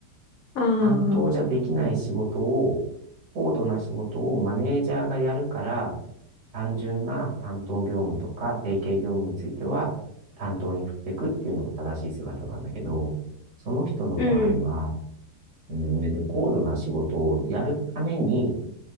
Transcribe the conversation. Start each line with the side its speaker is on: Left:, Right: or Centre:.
Left: ああ。
Right: 担当じゃできない仕事を、高度な仕事をマネージャーがやるから、単純な担当業務とか定型業務については担当に振っていくっていうのが正しい姿なんだけど、その人の場合は、
Left: うんうん。
Right: うん、別に高度な仕事をやるために